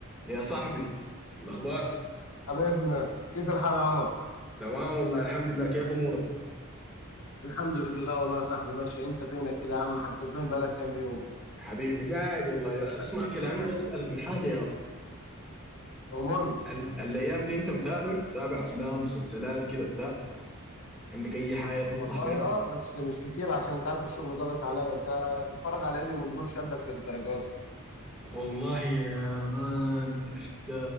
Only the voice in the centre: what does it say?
يا صاحبي الأخبار
تمام والله الحمد لله كيف أمورك
حبيبي قاعد والله يا أخي أسمع كلامي عايز أسألك من حاجة يا مان
ال- الأيام دي أنت متابع متابع أفلام مسلسلات كده بتاع عندك أي حاجة تنصح
بها
والله يا مان عرفت